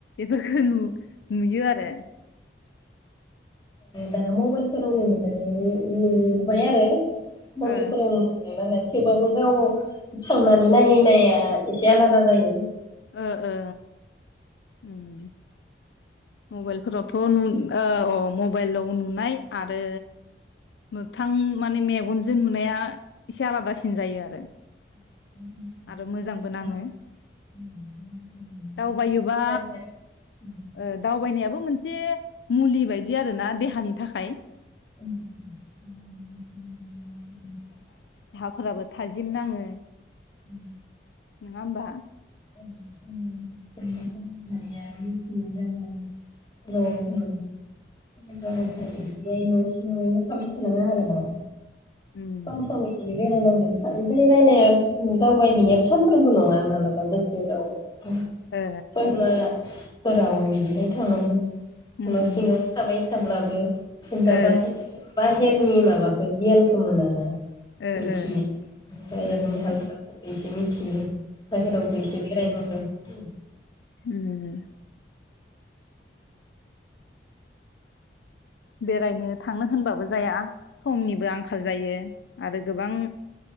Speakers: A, on the left (about 75°); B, on the left (about 25°).
A: एफोरफोरखौ नु नुयो आर <unintelligible>
B: दा मबाइलफोरावनो नुनाय नुबाय आरो मबाइलफोरनो
A: ओ
B: नुबाय नालाय थेवबाबो गाव थांनानै नायहैनाया एसे आलादा जायो।
A: ओ ओ। उम मबाइलफोरावथ' नुन औ मबाइलाव नु- नाय आरो मोगथां माने मेगनजों नुनाया एसे आलादासिन जायो आरो।
B: <inaudible>
A: आरो मोजांबो नाङो दावबायोबा ओ दावबायनायाबो मोनसे मुलि बायदि आरोना देहानि थाखाय
B: <unintelligible>
A: फोराबो थाजिम नाङो
B: ओम
A: नङा होनबा
B: ओम
A: ओम
B: बिख <unintelligible> जग <unintelligible> र
A: ओ
B: थ न <unintelligible>
A: ओ
B: ओरैनो थाबाय थानाङा आरोना
A: उम
B: सम सम इदिनि बेराय नांगौ बेरायनाया दावबायहैनायाबो सानफ्रोमबो नङा मालाबाबो जेराव ओम
A: ओ
B: जेनेबा फोराव बिदिहाय थांनांगौ
A: उम
B: न'
A: उम
B: सिङाव थाबाय थाब्लाबो बो जेनेबा
A: ओ
B: बाहेर बाहेर सोरनि <unintelligible> माबाखौ गियानखौ मोनाना
A: ओ
B: मिथियो
A: ओ
B: ओमफ्राय
A: उम
B: ओरैनो हाल साल बेनिख <unintelligible> बाहेरावबो एसे <unintelligible> <inaudible>
A: ओम बेरायनो थांनो होनबाबो जाया समनिबो आंखाल जायो आरो गोबां